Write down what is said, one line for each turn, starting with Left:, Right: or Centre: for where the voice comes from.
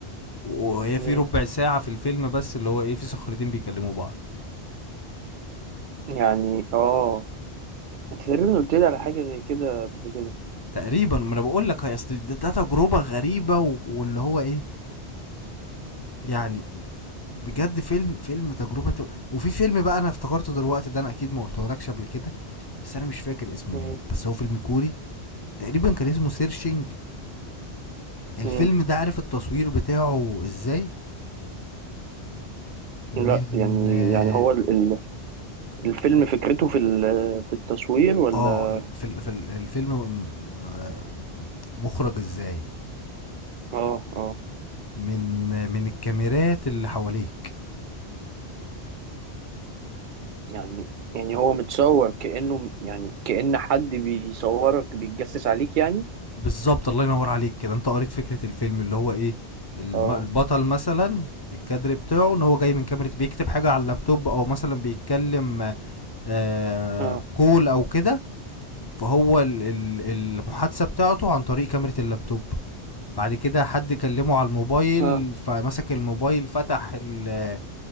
Left: وهي
Right: مم.
Left: في ربع ساعة في الفيلم بس اللي هو ايه في صخرتين بيكلموا بعض
Right: يعني اه انت تقريبا قلت لي على حاجه زي كده قبل كده
Left: تقريبا ما انا بقول لك هي اصل ده, ده تجربة غريبة و- واللي هو ايه يعني بجد فيلم فيلم تجربة انت وفي فيلم بقى انا افتكرته دلوقتي ده انا اكيد ما قلتهولكش قبل كده بس انا مش فاكر اسمه
Right: مم.
Left: ايه بس هو فيلم كوري تقريبا كان اسمه سيرشنج الفيلم
Right: مم.
Left: ده عارف التصوير بتاعه ازاي من
Right: لا يعني
Left: اه
Right: يعني هو ال- ال- الفيلم فكرته في ال- في التصوير ولا
Left: آه، ال- في ال- في ال- الفيلم م- آه، مخرج ازاي
Right: اه اه
Left: من من الكاميرات اللي حواليك
Right: يعني يعني هو متصور كأنه يعني كأن حد بيصورك بيتجسس عليك يعني
Left: بالظبط الله ينور عليك كده انت قريت فكره الفيلم اللي هو ايه الم-
Right: اه
Left: البطل مثلا الكادر بتاعه ان هو جاي من كاميرا بيكتب حاجه على اللابتوب او مثلا بيتكلم آه
Right: اه
Left: كول او كده فهو ال- ال- المحادثه بتاعته عن طريق كاميرا اللابتوب بعد كده حد كلمه على الموبايل
Right: اه
Left: فمسك الموبايل فتح ال-